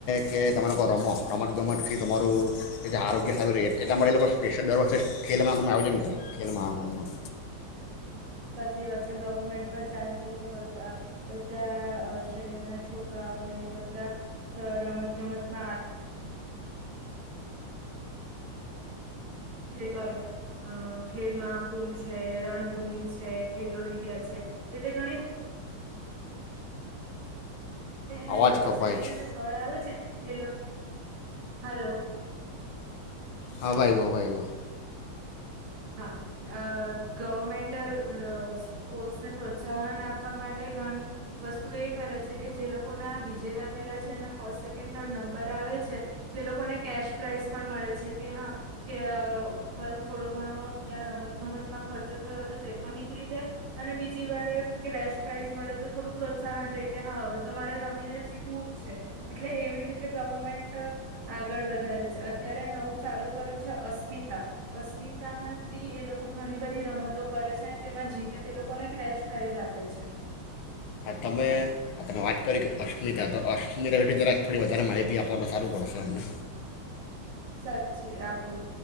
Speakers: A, on the left (about 80°); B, on the right (about 85°).
A: કે તમે લોકો રમો રમતગમતથી તમારું એ આરોગ્ય સારું રહે એટલા માટે એ લોકો સ્પેશિયલ દર વર્ષે ખેલ મહાકુંભનું આયોજન કરે ખેલ મહાકુંભનું
B: સાચી વાત છે ગવર્મેન્ટ પણ ચાહે છે કે બધા શહેરના છોકરાઓને બધા રમત ગમતમાં જે હોય ખેલ મહાકુંભ છે રણભૂમિ છે ખેલો ઈન્ડિયા છે એ ઘણી એને
A: અવાજ કપાય
B: સેકન્ડ
A: છે
B: અને થર્ડ આવે છે હલો હલો
A: હા વાય વા વાય
B: હા અ ગવર્મેન્ટ સ્પોર્ટસને પ્રોત્સાહન આપવા માટે ઘણી વસ્તુ એ કરે છે કે જે લોકોના વિજેતા થયેલા છે અને ફર્સ્ટ સેકન્ડ થર્ડ નંબર આવે છે તે લોકોને કેશ પ્રાાઈઝ પણ મળે છે કે હા કે ખરું થોડુંક ઘણો ત્યાં રમતગમતમાં ખર્ચો થયો હતો તે પણ નીકળી જાય અને બીજી વાર કેશ પ્રાાઈઝ મળે તો થોડું પ્રોત્સાહન રહેે કે હા હવે તો મારે રમીને જીતવું જ છે એટલે એવી રીતે ગવર્મેન્ટ આગળ વધારે છે અત્યારે નવું ચાલુ કર્યું છે અસ્મિતા અસ્મિતા રતામાં બી એ લોકો ઘણી બધી રમતો કરે છે અને તેમાં જીતે તે લોકોને ક્રેશ પ્રાાઈઝ આપે છે
A: તમે તમે વાત કરી કે અશ્મિતા તો અશ્મિતા વેઠી જરાક થોડી વધારે માહિતી આપો તો સારું પડશે અમને
B: સાચી આપું